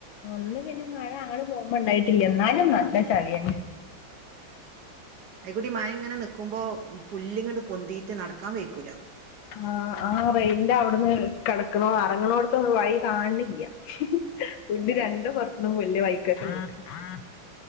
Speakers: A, on the left (about 80°); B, on the right (about 60°).
A: ഇന്ന് പിന്നെ മഴ അങ്ങട്ട് പോമ്പണ്ടായിട്ടില്ല ന്നാലും നല്ല ചളിയെന്നെ
B: അയി ക്കൂടി മയങ്ങനെ നിക്കുമ്പോ പുല്ല്ങ്ങട്ട് പൊന്തീട്ട് നടക്കാൻ വെയ്ക്കൂല
A: ആഹ് ആഹ് റെയിൽന്റവ്ട്ന്ന് കെടക്കണോ അറങ്ങണോട്ത്തൊന്നു വയി കാണ് ണില്ല പുല് രണ്ട് പൊർത്തും <unintelligible>